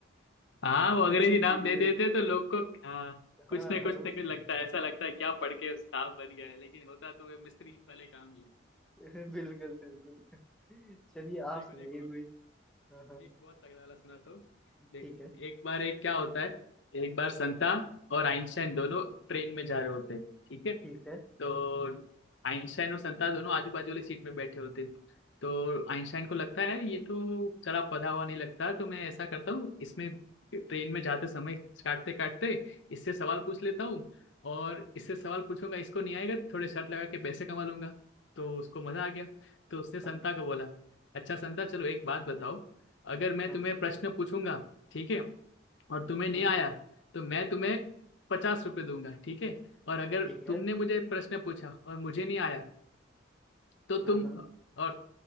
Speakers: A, on the left; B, in the centre.
A: हाँ, वो अंग्रेजी
B: Civil engineer
A: नाम दे देते हैं तो लोग को हाँ कुछ
B: हाँ
A: ना कुछ
B: हाँ, उस
A: ना कुछ लगता है ऐसा लगता है क्या पढ़ के उस साहब बन गया है लेकिन होता तो वे मिस्त्री वाले काम ही है
B: बिल्कुल बिल्कुल चलिए आप
A: देखो
B: सुनाइए
A: देखो
B: कोई हाँ हाँ
A: एक बहुत तगड़ा वाला सुनाता हूँ देखो
B: ठीक है
A: एक बार एक क्या होता है एक बार संता और आइंस्टाइन दोनों ट्रेन में जा रहे होते हैं ठीक है
B: ठीक है
A: तो आइंस्टाइन और संता दोनों आजू बाजू वाली सीट में बैठे होते हैं तो आइंस्टाइन को लगता है ये तो चला पधा हुआ नहीं लगता तो मैं ऐसा करता हूँ इसमें ट्रेन में जाते समय काटते काटते इससे सवाल पूछ लेता हूँ और इससे सवाल पूछूंगा इसको नहीं आएगा तो थोड़े शर्त लगा के पैसे कमा लूंगा तो उसको मजा आ गया तो उसने संता
B: हाँ
A: को बोला अच्छा संता चलो एक बात बताओ अगर मैं
B: हाँ
A: तुम्हें
B: हाँ,
A: प्रश्न पूछूंगा ठीक है और तुम्हें नहीं
B: हम्म,
A: आया
B: हम्म,
A: तो मैं तुम्हें पचास रुपये दूंगा ठीक है और अगर
B: ठीक है
A: तुमने मुझे प्रश्न पूछा और मुझे नहीं आया तो
B: हाँ
A: तुम
B: हाँ
A: और